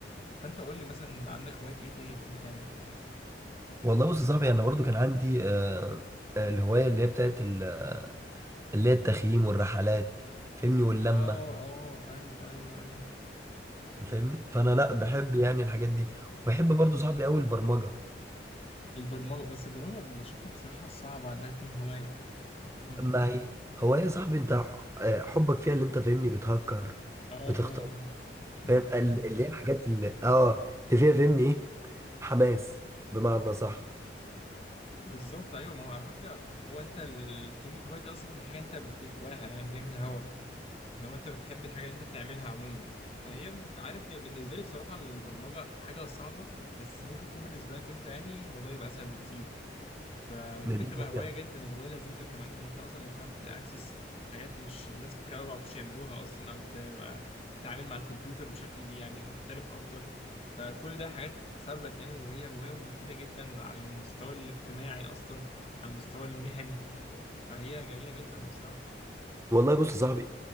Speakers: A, on the left (about 35°); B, on the right (about 15°).
A: فانت قول لي مثلا عندك هوايات ايه تاني بتحب تعمل
B: والله بص يا صاحبي انا برضو كان عندي آه، آه، الهوايه اللي هي بتاعت ال- آه، اللي هي التخييم والرحلات فاهمني واللمه
A: اه اه ايوه ايوه ايوه
B: فاهمني فانا لا
A: بت-
B: بحب يعني الحاجات دي وبحب برضو صاحبي قوي البرمجه
A: البرمجة بس البرمجة بشوفها بصراحة صعبة انها تكون هواية <clears throat> <laughs>
B: ما هي هوايه صاحبي انت ح- آه، حبك فيها اللي انت فاهمني بتهكر
A: اه
B: بتختار
A: اه اه <clears throat>
B: فاهم ال- اللي هي الحاجات اللي اه اللي فيها فاهمني ايه حماس بمعنى صح
A: <laughs> بالظبط ايوه ما هو على فكرة هو انت ال- كلمة هواية دي اصلا حاجة انت بتهواها يعني جاي من الهوا لو انت بتحب الحاجه اللي انت بتعملها عموما فهي ب- عارف هي بالنسبه لي بصراحه البرمجه حاجه صعبه بس ممكن يكون بالنسبه لك انت يعني الموضوع يبقى اسهل بكتير فممكن
B: إن دي
A: تبقى
B: حاجة.
A: هوايه جدا وهوايه لذيذه كمان ان انت اصلا بتعرف تاكسس حاجات مش ناس كتير قوي ما بيعرفوش يعملوها اصلا او تبقى تتعامل مع الكمبيوتر بشكل يعني محترف اكتر فكل ده حاجات تتحسب لك يعني وهي هوايه مفيده جدا على المستوى الاجتماعي اصلا على المستوى المهني فهي جميله جدا بصراحه
B: والله
A: لو-
B: بص يا صاحبي